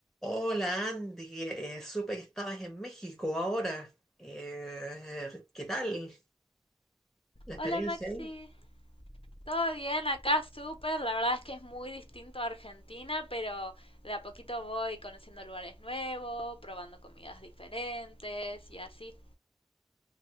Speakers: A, in the centre; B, on the left.
A: Hola Andy, eh, supe que estabas en México ahora. Eh, ¿qué tal la experiencia
B: Hola Maxi,
A: ahí?
B: todo bien acá, súper. La verdad es que es muy distinto a Argentina, pero de a poquito voy conociendo lugares nuevos, probando comidas diferentes y así.